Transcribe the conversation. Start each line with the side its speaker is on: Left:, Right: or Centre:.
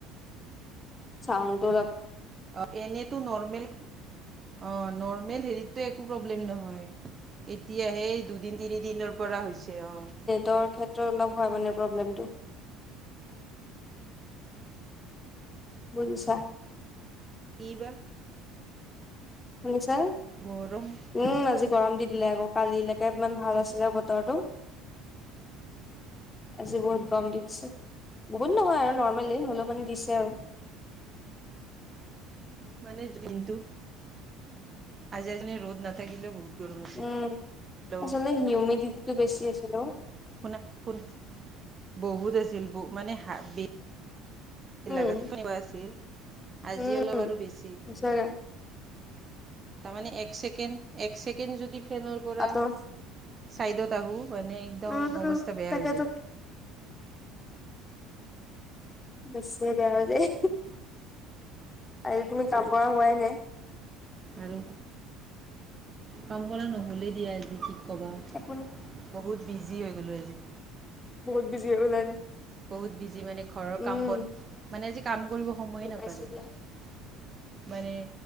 Left: চাউণ্ডটো অলপ
Right: অ', এনেতো নৰ্মেল। অ' নৰ্মেল হেৰি একো প্ৰব্লেম নহয়, এতিয়াহে দুদিন-তিনি দিনৰ পৰা হৈছে অ।
Left: তৰ ক্ষেত্ৰত অলপ হয় মানে প্ৰব্লেমটো। বুজিছা?
Right: কি-বা?
Left: শুনিছা?
Right: গৰম
Left: উম আজি গৰম দি দিলে আকৌ কালিলেকে ইমান ভাল আছিলে বতৰটো আজি বহুত গৰম দি দিছে বহুত নহয় আৰু নৰ্মেলি হলেও মানে দিছে আৰু
Right: মানে দিনটোত আজিজনে ৰ'দ নাথাকিলেও বহুত গৰম হৈছে
Left: উম
Right: হেল্ল'
Left: আচলতে হিউমিডিটি টো বেছি আছিলে অ
Right: শুনা শুন বহুত আছিল গো মানে হাবি
Left: উম
Right: লাগাত ক বাছিল আজি
Left: উম
Right: অলপ আৰু বেছি
Left: সঁচাকে
Right: তাৰমানে এক ছেকেণ্ড এক ছেকেণ্ড যদি ফেনৰ পৰা
Left: আঁতৰ
Right: চাইডত আহো মানে একদম
Left: উম
Right: অৱস্থা বেয়া
Left: তাকেতো
Right: হৈ যায়
Left: বেছিয়ে বেয়া হৈ যায় আজি তুমি কাম কৰা হোৱাই নাই
Right: আৰু কাম কৰা নহলেই দিয়া আজি কি ক'বা
Left: একো নাই
Right: বহুত বিজি হৈ গ'লোঁ আজি।
Left: বহুত বিজি হৈ গ'লা ন?
Right: বহুত বিজি মানে ঘৰৰ
Left: উম
Right: কাম বন মানে আজি কাম কৰিব সময়ে
Left: বুজি
Right: নাপালোঁ।
Left: পাইছো দিয়া
Right: মানে